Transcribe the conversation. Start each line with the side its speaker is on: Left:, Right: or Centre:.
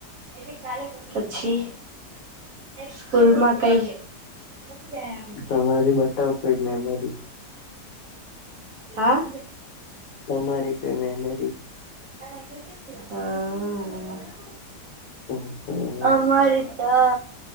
Right: એટલે કાલે પતી પછી. સ્કૂલ માં કઈ પતી ગયા.
Left: તમારી બટાવ કોઈ મેમોરી.
Right: હા.
Left: તમારી ફેવ મેમેરી.
Right: હા હા.
Left: <unintelligible>
Right: અમારે તો.